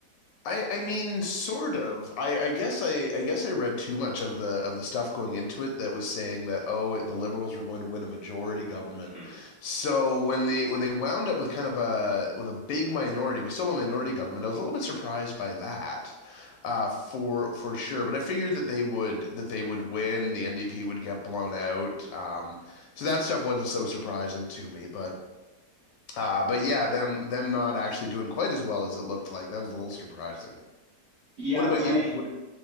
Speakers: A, on the left; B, on the right.
A: I I mean sort of. I I guess I I guess I read too much of the of the stuff going into it that was saying that oh the liberals were going to win a majority government.
B: hmm
A: So when they when they wound up with kind of a with a big minority but still a minority government, I was a little bit surprised by that. Uh for for sure, but I figured that they would that they would win, the NDP would get blown out. Um so that stuff wasn't so surprising to me, but uh but yeah, them them not actually doing quite as well as it looked like. That was a little surprising.
B: Yeah,
A: What about
B: my
A: you? What?